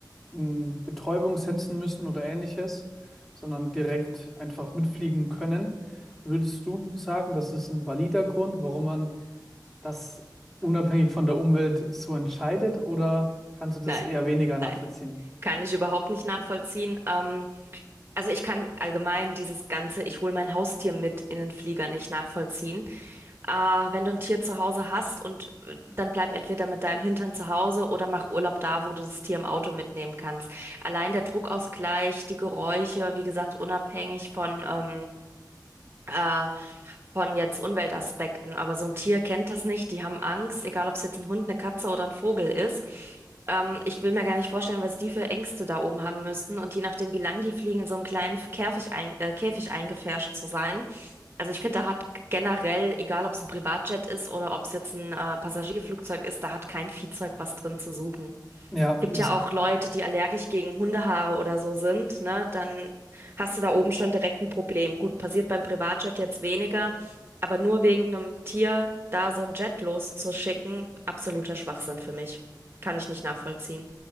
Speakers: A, in the centre; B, on the right.
A: in Betäubung setzen müssen oder ähnliches, sondern direkt einfach mitfliegen können. Würdest du sagen, das ist ein valider Grund, warum man das unabhängig von der Umwelt so entscheidet, oder kannst du das
B: Nein,
A: eher weniger nachvollziehen?
B: nein, kann ich überhaupt nicht nachvollziehen. Ähm, also ich kann allgemein dieses ganze, ich hole mein Haustier mit in den Flieger nicht nachvollziehen. Äh, wenn du ein Tier zu Hause hast und äh, dann bleib entweder mit deinem Hintern zu Hause oder mach Urlaub da, wo du das Tier im Auto mitnehmen kannst. Allein der Druckausgleich, die Geräusche, wie gesagt, unabhängig von ähm, äh, von jetzt Umweltaspekten. Aber so ein Tier kennt das nicht. Die haben Angst, egal ob es jetzt ein Hund, eine Katze oder ein Vogel ist. Ähm, ich will mir gar nicht vorstellen, was die für Ängste da oben haben müssen. Und je nachdem, wie lang die fliegen, in so einem kleinen Käfig, ein, äh, Käfig eingepfercht zu sein. Also ich finde, da hat generell, egal ob es ein Privatjet ist oder ob es jetzt ein äh, Passagierflugzeug ist, da hat kein Viehzeug was drin zu suchen.
A: Ja,
B: Gibt
A: das
B: ja auch Leute, die allergisch gegen Hundehaare oder so sind, ne? Dann hast du da oben schon direkt ein Problem. Gut, passiert beim Privatjet jetzt weniger, aber nur wegen einem Tier da so ein Jet loszuschicken, absoluter Schwachsinn für mich. Kann ich nicht nachvollziehen.